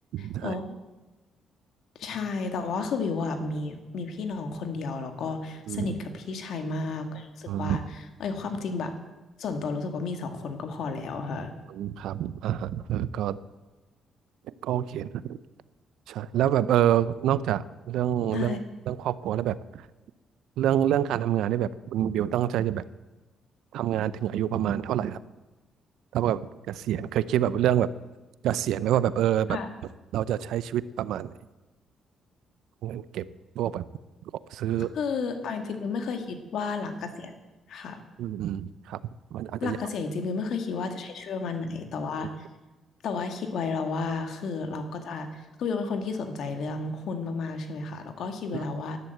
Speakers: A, on the right; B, on the left.
A: ใช่
B: แล้วใช่แต่ว่าคือบิวอะมีมีพี่น้องคนเดียวแล้วก็
A: อืม
B: สนิทกับพี่ชายมากก็รู้สึกว่าเอ้ยความจริงแบบ
A: อืม
B: ส่วนตัวรู้สึกว่ามีสองคนก็พอแล้วค่ะ
A: อืมครับอ่าฮะเออก็ก็โอเคนะใช่แล้วแบบเออนอกจากเรื่องเรื่องเรื่องครอบครัวแล้วแบบ
B: ใช่
A: เรื่องเรื่องการทำงานเนี่ยแบบคุณบิวตั้งใจจะแบบทำงานถึงอายุประมาณเท่าไหร่ เทำกับเกษียณเคยคิดแบบเรื่องแบบเกษียณไหมว่าแบบเออแบบ
B: ค่ะ
A: เราจะใช้ชีวิตประมาณไหนเงินเก็บพวกแบบของซื้อ
B: คือเอาจริงๆบิวไม่เคยคิดว่าหลังเกษียณค่ะ
A: อืมอืมครับมันอาจจะยาว
B: หลักเกษียณจริงๆมิวไม่เคยคิดว่าจะใช้ชีวิตประมาณไหนแต่ว่า
A: อืม
B: แต่ว่าคิดไว้แล้วว่าคือเราก็จะคือมิวเป็นคนที่สนใจเรื่องหุ้นมากๆใช่ไหมคะแล้วก็คิดไว้แล้วว่า
A: อืม